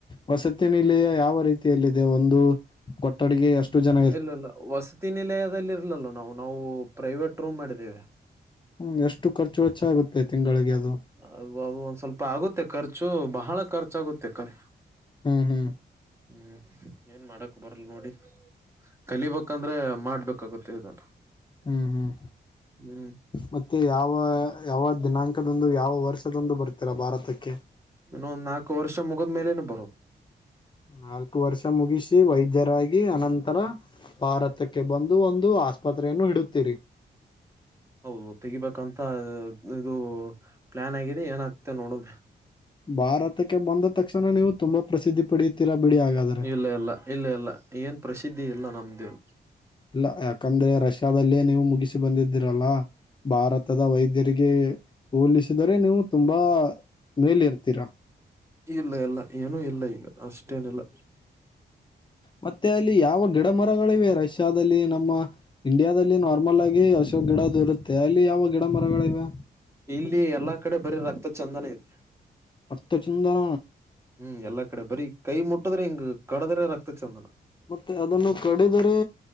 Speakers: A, on the left (about 25°); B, on the right (about 15°).
A: ವಸತಿ ನಿಲಯ ಯಾವ ರೀತಿಯಲ್ಲಿದೆ ಒಂದು ಕೊಟ್ಟಡಿಗೆ ಎಷ್ಟು ಜನಾ
B: ಇಲ್ಲಿಲ್ಲ ವಸತಿ ನಿಲಯದಲ್ಲಿ ಇರ್ಲಿಲ್ಲಲ್ಲ ನಾವು ನಾವು ಪ್ರೈವೇಟ್ ರೂಮ್ ಮಾಡಿದ್ದೇವೆ.
A: ಹ್ ಎಷ್ಟು ಖರ್ಚು ವೆಚ್ಚ ಆಗುತ್ತೆ ತಿಂಗಳಿಗೆ ಅದು.
B: ಅ ಅದು ಒಂದ್ ಸ್ವಲ್ಪ ಆಗುತ್ತೆ ಖರ್ಚು ಬಹಳ ಖರ್ಚಾಗುತ್ತೆ ಕರೆ.
A: ಹುಂ ಹುಂ
B: ಹ್ಮ ಏನ್ ಮಾಡಕ್ ಬರಲ್ ನೋಡಿ ಕಲೀಬೇಕಂದ್ರೆ ಮಾಡ್ಬೇಕಾಗತ್ತೆ ಇದೆಲ್ಲ,
A: ಹ್ಮ್ ಹ್ಮ್
B: ಹ್ಮ್.
A: ಮತ್ತೆ ಯಾವ ಯಾವ ದಿನಾಂಕದಂದು ಯಾವ ವರ್ಷದಂದು ಬರ್ತೀರಾ ಭಾರತಕ್ಕೆ?
B: ಇನ್ನೊಂದ್ ನಾಲ್ಕು ವರ್ಷ ಮುಗದ್ ಮೇಲೆನೆ ಬರೋದು.
A: ನಾಲ್ಕು ವರ್ಷ ಮುಗಿಸಿ ವೈದ್ಯರಾಗಿ ಅನಂತರ ಭಾರತಕ್ಕೆ ಕೆ ಬಂದು ಒಂದು ಆಸ್ಪತ್ರೆಯನ್ನು ಇಡುತ್ತೀರಿ.
B: ಹೌದು ತೆಗಿಬೇಕಂತ ಇ ಇದು ಪ್ಲಾನ್ ಆಗಿದೆ ಏನಾಗ್ತ ನೋಡುನು
A: ಭಾರತಕ್ಕೆ ಬಂದ ತಕ್ಷಣ ನೀವು ತುಂಬಾ ಪ್ರಸಿದ್ಧಿ ಪಡಿತೀರಾ ಬಿಡಿ ಹಾಗಾದ
B: ಇಲ್ಲ ಇಲ್ಲ ಇಲ್ಲ ಇಲ್ಲ ಏನ್ ಪ್ರಸಿದ್ಧಿ ಇಲ್ಲ ನಮ್ದೇವ್
A: ಇಲ್ಲಾ ಯಾಕಂದ್ರೆ ರಷ್ಯಾದಲ್ಲಿ ನೀವು ಮುಗಿಸಿ ಬಂದಿದ್ದೀರಲ್ಲಾ ಭಾರತದ ವೈದ್ಯರಿಗೆ ಗೆ ಹೋಲಿಸಿದರೆ ನೀವು ತುಂಬಾ ಮೇಲೆ ಇರ್ತೀರಾ.
B: ಇಲ್ಲಾ ಇಲ್ಲಾ ಏನೂ ಇಲ್ಲಾ ಈಗ ಅಷ್ಟೇನಿಲ್ಲಾ.
A: ಮತ್ತೆ ಅಲ್ಲಿ ಯಾವ ಗಿಡ ಮರಗಳಿವೆ ರಷ್ಯಾದಲ್ಲಿ ನಮ್ಮ ಇಂಡಿಯಾದಲ್ಲಿ ನಾರ್ಮಲ್ ಆಗಿ ಅಶೋಕ್ ಗಿಡದು ಇರುತ್ತೆ ಅಲ್ಲಿ ಯಾವ ಗಿಡ ಮರಗಳಿವೆ?
B: ಇಲ್ಲಿ ಎಲ್ಲಾ ಕಡೆ ಬರೀ ರಕ್ತ ಚಂದನ ಐತಿ
A: ರಕ್ತ ಚೆಂದನ
B: ಹುಂ ಎಲ್ಲಾ ಕಡೆ ಬರೀ ಕೈ ಮುಟ್ಟದ್ರೆ ಹಿಂಗ ಕಡದ್ರೆ ರಕ್ತ ಚಂದನ.
A: ಮತ್ತೆ ಅದನ್ನು ಕಡಿದರೆ